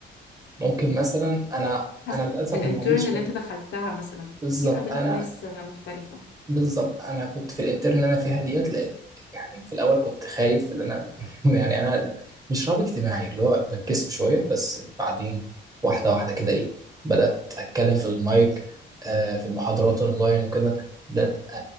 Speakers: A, on the right; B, on the left.
A: ممكن مثلا انا
B: حس...
A: انا للاسف
B: الانترن
A: ما عنديش
B: اللي انت دخلتها مثلا
A: بالظبط
B: اكيد قابلت
A: انا
B: ناس مختلفة
A: بالظبط انا كنت في الانترن اللي انا فيها ديت لقيت يعني في الاول كنت خايف ان انا <laughs> يعني انا مش رهاب اجتماعي اللي هو بتكسف شوية بس بعدين واحدة واحدة كده ايه بدأت اتكلم في المايك آه في المحاضرات اونلاين وكده بدأت آه